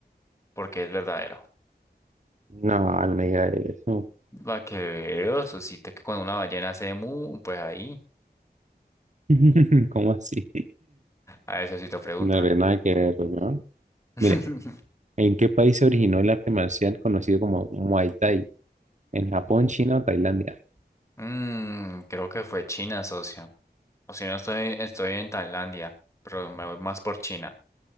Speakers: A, on the left (about 15°); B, on the right (about 45°).
A: porque es verdadero.
B: No, no me diga eso.
A: Va que veo, socito, que cuando una ballena hace mu, pues ahí.
B: <laughs> ¿Cómo así?
A: A ver, socito, pregunta.
B: No tiene nada que ver, ¿no?
A: <laughs>
B: Mire, ¿en qué país se originó el arte marcial conocido como Muay Thai? ¿En Japón, China o Tailandia?
A: Mm, creo que fue China, socio. O si no, estoy, estoy en Tailandia, pero me voy más por China.